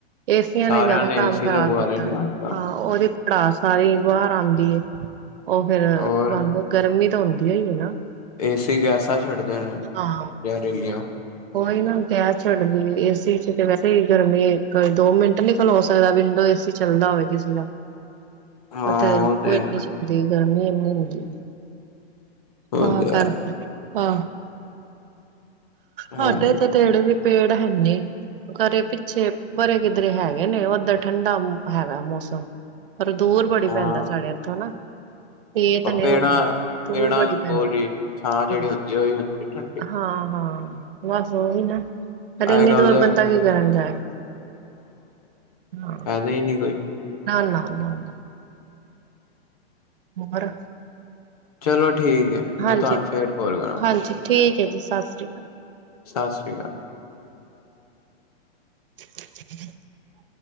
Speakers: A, on the right (about 60°); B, on the left (about 35°).
A: ਏਸੀਆਂ
B: ਸਾਰਿਆਂ
A: ਨੇ ਜਾਣਾ ਕੰਮ
B: ਏਸੀ
A: ਖ਼ਰਾਬ
B: ਲਗਵਾ
A: ਕੀਤਾ
B: ਲੈਣੇ ਅੱਜ ਤਾਂ
A: ਹਾਂ ਉਹਦੀ ਘਰ ਸਾਰੀ ਬਾਹਰ ਆਉਂਦੀ ਉਹ ਫਿਰ
B: ਹੋਰ
A: ਤੁਹਾਨੂੰ ਗਰਮੀ ਤਾਂ ਹੁੰਦੀ ਓ ਨਾ
B: ਏਸੀ ਗੈਸਾਂ ਛੱਡਦੇ ਨੇ
A: ਹਾਂ
B: ਜਾਂ ਰੇਲੀਆਂ
A: ਉਹੀ ਨਾ ਗੈਸ ਛੜਦੀ ਏਸੀ ਚ ਤੇ ਵੈਸੇ ਹੀ ਗਰਮੀ ਕੋਈ ਦੋ ਮਿੰਟ ਨੀ ਖਲੋ ਸਕਦਾ ਵਿੰਡੋ ਏਸੀ ਚ ਚੱਲਦਾ ਹੋਵੇ ਕਿਸੀ ਦਾ
B: ਹਾਂ
A: ਪਤਾ ਐ
B: ਤੇ
A: ਉਹ ਇੱਕ
B: ਹੈ
A: ਤਾਂ ਸੁੱਤੀ ਗਰਮੀ ਇਨੀ ਹੁੰਦੀ
B: ਉਹ
A: ਆ
B: ਤੇ
A: ਕਰ
B: ਹੈ
A: ਆ
B: ਹਾਂਜੀ
A: ਹਾਡੇ ਤੇੜੇ ਵੀ ਪੇੜ ਹੈਨੀ ਘਰੇ ਪਿੱਛੇ ਪਰੇ ਕਿੱਧਰੇ ਹੈਗੇ ਨੇ ਉੱਧਰ ਠੰਢਾ ਹੈਗਾ ਮੌਸਮ ਪਰ ਦੂਰ ਬੜੀ
B: ਹਾਂ
A: ਪੈਂਦਾ ਸਾਡੇ ਇੱਥੋਂ ਨਾ ਇਹ ਤਾਂ ਨੇ
B: ਪੇੜਾਂ
A: ਉਹਨਾਂ ਦੇ ਦੂਰ
B: ਪੇੜਾਂ
A: ਬੜੀ
B: ਦੇ
A: ਪੈਂਦਾ
B: ਕੋਲ ਹੀ ਛਾਂ ਜਿਹੜੀ ਹੁੰਦੀ ਉਹੀ ਹੁੰਦੀ ਠੰਡੀ
A: ਹਾਂ। ਹਾਂ ਬਸ ਉਹੀ ਨਾ ਸਾਡੇ ਇੰਨੇ
B: ਅੱਜ ਕੱਲ
A: ਦੂਰ
B: ਦੇ
A: ਬੰਦਾ ਕੀ ਕਰਨ ਜਾਏ ਹਾਂ।
B: ਪਤਾ ਨਹੀਂ ਕੋਈ
A: ਨਾ ਨਾ ਨਾ ਨਾ ਹੋਰ
B: ਚਲੋ ਠੀਕ ਹੈ
A: ਹਾਂਜੀ
B: ਮੈਂ ਤੁਹਾਨੂੰ ਫਿਰ ਕੋਲ ਕਰਾਂਗਾ
A: ਹਾਂਜੀ ਠੀਕ ਐ ਜੀ ਸਤਿ ਸ਼੍ਰੀ ਅਕਾਲ
B: ਸਤਿ ਸ਼੍ਰੀ ਅਕਾਲ
A: <inaudible>